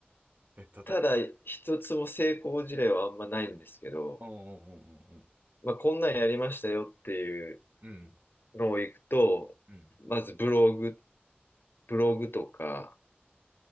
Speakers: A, on the right (about 40°); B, on the left (about 65°).
A: い。え、
B: ただ一つも成功事例はあんまないんですけど、
A: 例えば。うんうんうん
B: まあ、こんなんやりましたよっていう
A: うんうん。うん、
B: のを行くと、
A: うん、
B: まずブログ、ブログとか、